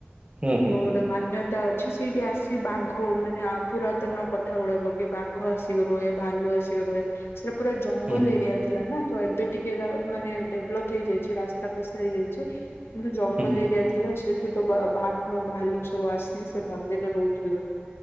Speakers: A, on the right (about 25°); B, on the left (about 75°).
A: ହୁଁ
B: <inaudible>
A: ହୁଁ
B: ଗୋ ମାନ୍ୟତା ଅଛି ସେଇଠି ଆସି ବାଘ ମାନେ ପୁରାତନ କଥା ଗୁଡାକ କି ବାଘ ଆସ। <unintelligible> ଭାଲୁ ଆସିକ ରହ ସେଟା ପୁରା ଜଙ୍ଗଲ
A: ହୁଁ ହୁଁ
B: ଏରିଆ। ଥିଲା ନା, ତ ଏବେ ଟିକେ ମାନେ ଡେଭଲପ ହେଇଯାଇଛି ରାସ୍ତା ଫ ହେଇଯାଇଛି। କିନ୍ତୁ ଜଙ୍ଗଲ
A: ଆଚ୍ଛା,
B: ଏରିଆ ଥିଲା। ସେଠୁ ତ ବାଘ ଭାଲୁ ସବୁ ଆସିକି ସେ ମନ୍ଦିରରେ ରହୁଥିଲା।